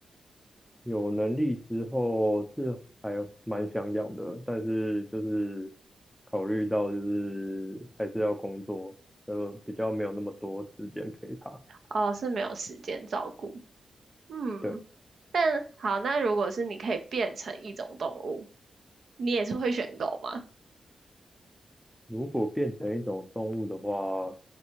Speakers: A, in the centre; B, on the right (about 65°).
A: 有能力之后是还蛮想养的，但是就是考虑到就是还是要工作，呃，比较没有那么多时间陪它。
B: 哦，是没有时间照顾。嗯，
A: 对。
B: 但好，那如果是你可以变成一种动物，你也是会选狗吗？
A: 如果变成一种动物的话，